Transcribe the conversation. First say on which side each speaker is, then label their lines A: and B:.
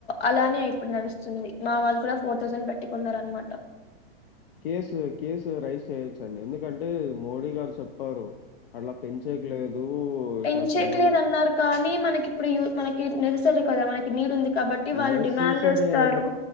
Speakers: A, on the left (about 80°); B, on the left (about 65°).
A: అలానే ఇప్పుడు నడుస్తుంది మా వాళ్ళు కూడా ఫోర్ థౌసండ్ పెట్టి కోన్నార్ అనమాట
B: కేస్ కేసు రైస్ చేయొచ్చండి ఎందుకంటే మోడీ గారు చెప్పారు అట్లా పెంచేకి హ్మ్. లేదు.
A: పెంచయట్లేదు
B: ఇట్లా సెంట్రల్
A: అన్నారు కానీ మనకి ఇప్పుడు ఉ మనకి నిర్స్ <unintelligible> కద మన నీడ్ ఉంది కాబట్టి వాళ్ళు
B: నేస్ససర్రి
A: డిమాండ్ చేస్తారు
B: అయినా